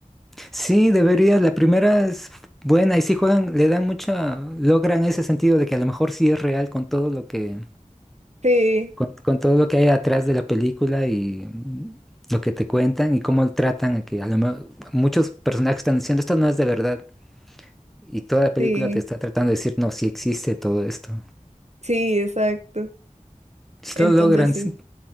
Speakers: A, in the centre; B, on the right (about 55°).
A: Sí, deberías. La primera es buena y sí juegan, le dan mucha, logran ese sentido de que a lo mejor sí es real con todo lo que,
B: Sí,
A: con, con todo lo que hay atrás de la película y mm, lo que te cuentan y cómo tratan a que a lo mejor muchos personajes están diciendo esto no es de verdad y toda la película
B: sí,
A: te está tratando de decir no, sí existe todo esto.
B: sí, exacto.
A: Si
B: Entonces
A: lo logran,
B: sí.
A: sí,